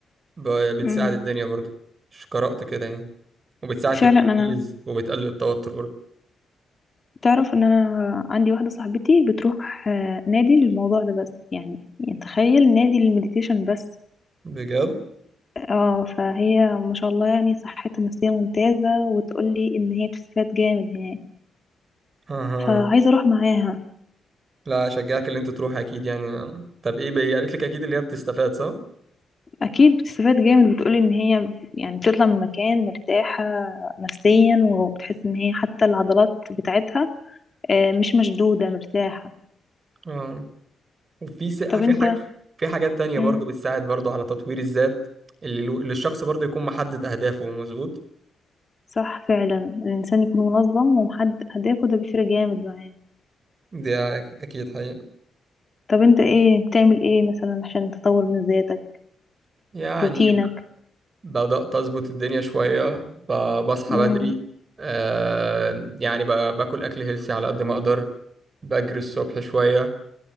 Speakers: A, on the right; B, on the left.
A: ب- بتساعد
B: امم
A: الدنيا برضه مش قرأت كده يعني وبتساعد
B: فعلا
A: في التركيز
B: انا
A: وبتقلل التوتر برضه
B: تعرف ان انا عندي واحدة صاحبتي بتروح آه، نادي للموضوع ده بس يعني يعني تخيل نادي للمديتيشن بس
A: بجد؟
B: اه فهي ما شاء الله يعني صحتها النفسية ممتازة وتقولي ان هي بتستفاد جامد هناك
A: اها
B: فعايزة اروح معاها
A: لا اشجعك اللي انت تروح اكيد يعني طب ايه بقى قالت لك اكيد اللي هي بتستفاد صح؟
B: اكيد بتستفاد جامد بتقولي ان هي يعني بتطلع من مكان مرتاحة نفسيا وبتحس ان هي حتى العضلات بتاعتها آه، مش مشدودة مرتاحة
A: اه وفي س... في
B: طب انت
A: حاجة في حاجات تانية
B: مم.
A: برضه بتساعد برضه على تطوير الذات اللي اللي الشخص برضه يكون محدد اهدافه مظبوط؟
B: صح فعلا الانسان يكون منظم ومحدد اهدافه ده بيفرق جامد معاه
A: دي أك- اكيد حقيقة
B: طب انت ايه بتعمل ايه مثلا عشان تطور من ذاتك
A: يعني
B: روتينك
A: بدأت أظبط الدنيا شوية ب- بصحى
B: مم.
A: بدري آه يعني ب- باكل أكل هيلثي على قد ما أقدر بجري الصبح شوية